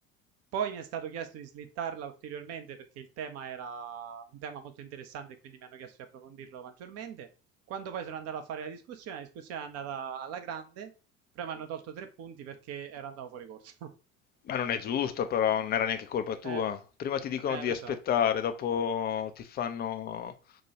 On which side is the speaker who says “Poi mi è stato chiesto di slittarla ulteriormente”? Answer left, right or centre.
Right